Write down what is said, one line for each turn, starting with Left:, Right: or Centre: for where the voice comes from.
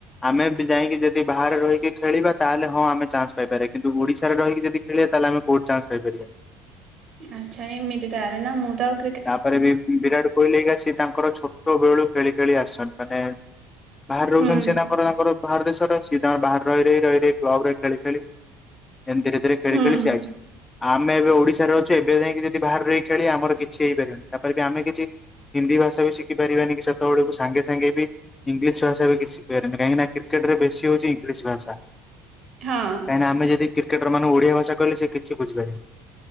Left: ଆମେ ବି ଯାଇକି ଯଦି ବାହାରେ ରହିକି ଖେଳିବା, ତାହେଲେ ହଁ ଆମେ ଚାନ୍ସ ପାଇପାରିବା। କିନ୍ତୁ ଓଡିଶାରେ ରହିକି ଯଦି ଥିଲେ, ତାହେଲେ କଉଁଠି ଚାନ୍ସ ପାଇ ପାରିବାନି।
Right: ଆଚ୍ଛା ଏମିତି ତା ହେଲେନା ମୁଁ ତ ଅଉ
Left: ତାପରେ ବି ବିରାଟ୍ କୋହିଲି ହାରିକା ତାଙ୍କର ଛୋଟ ବେଳୁ ଖେଳି, ଖେଳି ଆସଛନ୍ତି। ମାନେ ବାହାରେ ରହୁଛନ୍ତି
Right: ହୁଁ
Left: ସେ ତାଙ୍କର, ତାଙ୍କର ବାହାର ଦେଶର। ସେ ତାଙ୍କର ବାହାରେ ରହି, ରହି, ରହି କ୍ଲବ୍ ରେ ଖେଳି, ଖେଳି ଏମ ଧୀରେ, ଧୀରେ ଖେଳି,
Right: ହୁଁ
Left: ଖେଳି ସିଏ ଆଇଛନ୍ତି। ଆମେ ଏବେ ଓଡିଶାରେ ଅଛୁ, ଏବେ ଯାଇଁକି ଯଦି ବାହାରେ ରହିକି ଖେଳିବା, ଆମର କିଛି ହେଇପାରିବନି। ତାପରେ ବି ଆମେ କିଛି ହିନ୍ଦୀ ଭାଷା ବି ଶିଖି ପାରିବାନି, ସେତେବେଳେକୁ ସାଙ୍ଗେ, ସାଙ୍ଗେ ବି ଇଂଲିଶ ଭାଷ ବି କିଛିି ଶିଖି ପାରିବାନି। କାହିଁକିନା କ୍ରିକେଟ୍ ରେ ବେଶୀ ହଉଛି ଇଂଲିଶ ଭାଷା।
Right: ହଁ।
Left: କାଇଁ ନା ଆମେ ଯଦି କ୍ରିକେଟର ମାନଙ୍କୁ ଓଡିଆ ଭାସା କହିଲେ, ସେ କିଛି ବୁଝିପାରିବେନି।